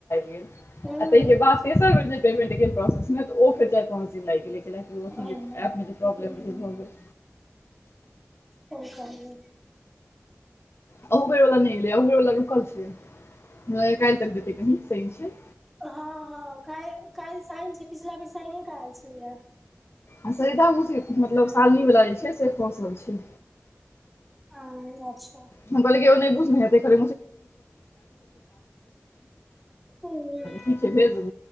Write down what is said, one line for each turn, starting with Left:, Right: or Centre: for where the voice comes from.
Left: गेल
Centre: कऽ हूँ
Left: ताहिके बादेर। पेमेन्टन गेल प्रोसेसमे तऽ फर चार पाँच दिन लागि गेलैएकि ओ अीऐप
Centre: ओहिमे
Left: जे प्रॉब्लम रहै
Centre: हूँ
Left: भऽ गेल।
Centre: कोहि कहल।
Left: अहुबर वला नहि लै अहरवला रुकल छै काएल तक दतै कही साइन छै।
Centre: हँ हँ काल काल साइन छै पिछला बेर साइन के आइल छेले
Left: आ सदा उी मतलब सालनी वला जे छै से खोसल छै।
Centre: आ अच्छा।
Left: हम कहल बुझ हेटार।
Centre: हूँ
Left: ठीक छै भेज देब